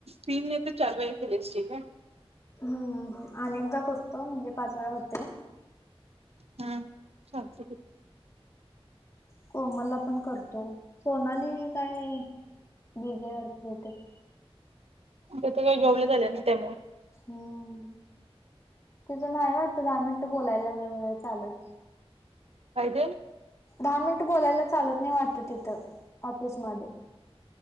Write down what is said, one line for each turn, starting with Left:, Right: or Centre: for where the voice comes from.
Right: तीन नाही तर चार वेळा केली असशील ग.
Left: हम्मम. आणि एकदा करतो म्हणजे पाच वेळा होतय.
Right: हम्. चालतंय की.
Left: कोमलला पण करतो. सोनाली काय? बीजी हाय वाटतं बहुतेक.
Right: ती काय जॉबला चालीया नाही त्या मूळ.
Left: हम्म, तीजं नाही वाट् दहा मिनिटं बोलायला एवढं वेळ चालत.
Right: काय ते?
Left: दहा मिनिटं बोलायला चालत नाही वाटत तिथं ऑफिस मध्ये.